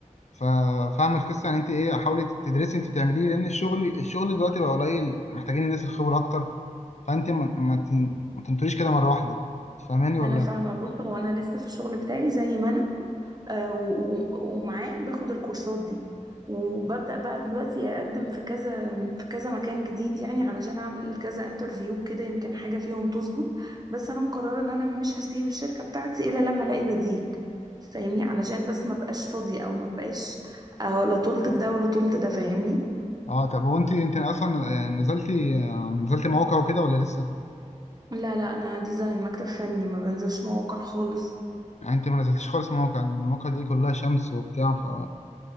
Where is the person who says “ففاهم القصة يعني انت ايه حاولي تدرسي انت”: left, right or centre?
Left